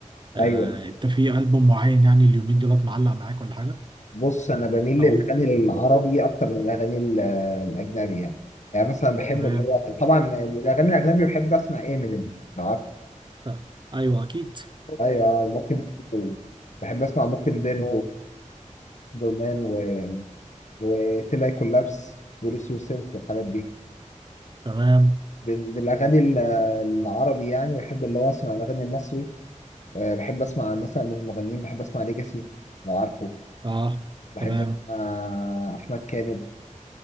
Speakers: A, on the right (about 35°); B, on the left (about 65°).
A: آه،
B: ايوه
A: أنت في ألبوم معين يعني اليومين دولت معلق معاك ولا حاجة
B: بص انا بميل للاغاني
A: أو
B: العربي اكتر من الاغاني ال- الاجنبي يعني يعني مثلا بحب
A: تمام
B: اللي هو طبعا الاغاني الاجنبي بحب اسمع امينيم لو عارف
A: طيب. أيوه أكيد
B: ايوه ممكن بحب اسمع ممكن ديرز وبرمان و وتلاي كولابس ولوس يور سيلف والحاجات دي
A: تمام
B: بال- بالاغاني ال- العربي يعني بحب اللي هو اسمع الاغاني المصري آه، بحب اسمع مثلا من المغنيين بحب اسمع ليجاسي لو عارفه
A: أه
B: بحب
A: تمام
B: اسمع احمد كامل